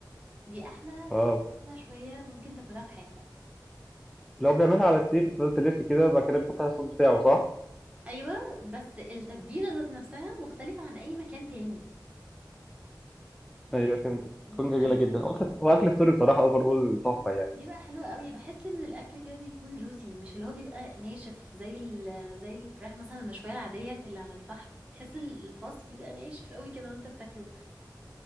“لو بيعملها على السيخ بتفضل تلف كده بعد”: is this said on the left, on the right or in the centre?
Centre